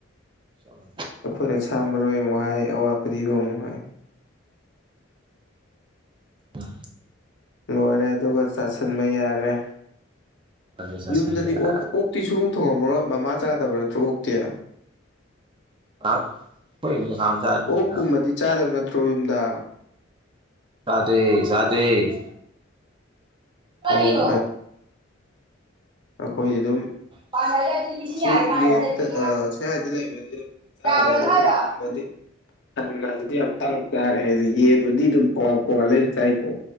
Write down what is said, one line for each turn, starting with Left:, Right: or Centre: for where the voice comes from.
Right: ꯆꯃ
Left: ꯑꯩꯈꯣꯏꯅ ꯁꯥ ꯃꯔꯔꯣꯏ ꯑꯃꯨꯛ ꯍꯥꯏ ꯑꯋꯥ ꯐꯔꯤꯒꯣ ꯑꯃꯨꯛ ꯍꯥꯏ
Right: ꯑ
Left: ꯂꯣꯏꯔꯦ ꯑꯗꯨꯒ ꯆꯥꯁꯟꯕ ꯌꯥꯔꯦ
Right: ꯑꯗꯨ ꯆꯥꯁꯤꯟꯕ
Left: ꯌꯨꯝꯗꯗꯤ
Right: ꯌꯥꯔꯦ
Left: ꯑꯣ ꯑꯣꯛꯇꯤ ꯁꯨꯡ ꯊꯣꯡꯉꯃꯔꯣꯏ ꯃꯃꯥ ꯆꯥꯗꯕ꯭ꯔꯥ ꯇ꯭ꯔꯣꯛꯇꯦ
Right: ꯉꯥꯏꯍꯥꯛ ꯑꯩꯈꯣꯏ ꯌꯨꯝꯗ ꯀꯅꯥꯝ ꯆꯥꯗꯦꯗ
Left: ꯑꯣ ꯀꯨꯝꯃꯗꯤ ꯆꯥꯗꯕ ꯅꯠꯇ꯭ꯔꯣ ꯌꯨꯝꯗ
Right: ꯗꯦ ꯆꯗꯦ ꯀꯔꯤꯌꯣ
Left: ꯑꯣ ꯑꯩꯈꯣꯏ ꯑꯗꯨꯝ
Right: ꯄꯥꯟꯅꯗ꯭ꯔꯗꯤ ꯂꯤꯁꯤꯡ
Left: ꯁꯤ
Right: ꯌꯥꯔꯦ ꯄꯥꯟꯅꯗ꯭ꯔꯗꯤ
Left: ꯔꯦꯟꯇ ꯁꯋꯥꯏꯗ ꯂꯩꯕꯗꯤ ꯑꯗꯨꯝ ꯆꯥꯗ꯭ꯔꯦꯗ
Right: ꯗꯥꯎꯔꯅꯨ
Left: ꯑꯣꯛꯀꯨꯝꯕꯗꯤ
Right: ꯍꯥꯏꯔꯣ
Left: ꯁꯟ ꯉꯥꯁꯤꯗꯤ ꯌꯥꯝ ꯇꯥꯡ ꯆꯥꯔꯦ ꯍꯥꯏꯗꯤ ꯌꯦꯟꯕꯨꯗꯤ ꯑꯗꯨꯝ ꯄ ꯄꯋꯥ ꯂꯩꯔ ꯆꯥꯏꯀꯣ